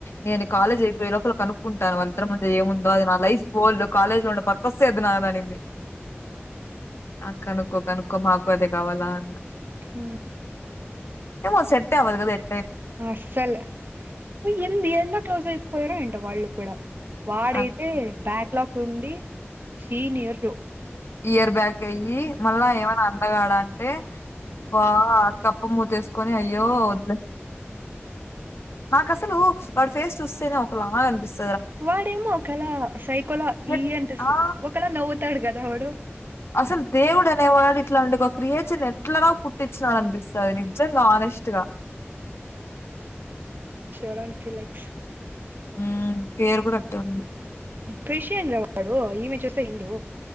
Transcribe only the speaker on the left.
నేను కాలేజ్ అయిపోయ లోపల కనుక్కుంటాను వాళ్ళద్దరి మధ్య ఏముందో అది నా లైఫ్ గోలు కాలేజ్ లో ఉండ ప బిగ్ ఏది నాదాని ఆ కనుకో కనుకో మాకు అదే కావాలా అన్న
ఏమో సెట్టే అవదు కద ఎ
అర్థం
ఇయర్ బ్యాక్ అయ్యి మళ్ళా ఏమైనా అందగాడా అంటే బా కప్ప మూతి వేసుకొని అయ్యో వద్దులే నక్ అసల్ లు వాడ్ ఫేస్ చూస్తేనే ఒక లాగా అనిపిస్
ఎట్
ఆ
అసలు దేవుడు అనేవాన్నాడు ఇట్లాంటి ఒక క్రియేటర్ ని ఎట్లరా పుట్టించినాడు అనిపిస్తుంది నిజంగా ఆనెస్ట్గా
ఉమ్ పేరు కూడా అట్టే ఉంది